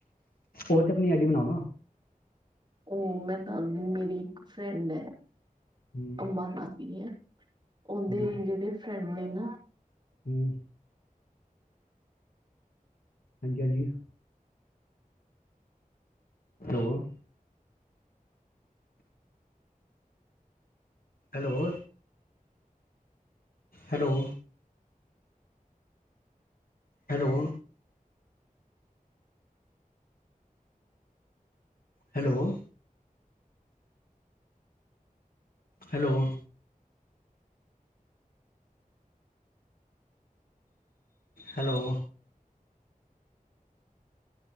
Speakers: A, on the left; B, on the right.
A: ਉ ਤੇ ਆਪਨੀ ਆਈਡੀ ਬਨਾਓ ਨਾ।
B: ਉ ਮੈਂ ਦਦੀ ਮੇਰੀ ਇੱਕ ਫਰੈਂਡ ਏ
A: ਹੂੰ
B: ਅਮਾ ਦਾਦੀ ਏ। ਉਦੇ
A: ਹੂੰ
B: ਜੇੜੇ ਫਰੈਂਡ ਨੇ ਨਾ।
A: ਹੂੰ। ਹਾਂਜੀ-ਹਾਂਜੀ। Hello. Hello. Hello. Hello. Hello. Hello. Hello.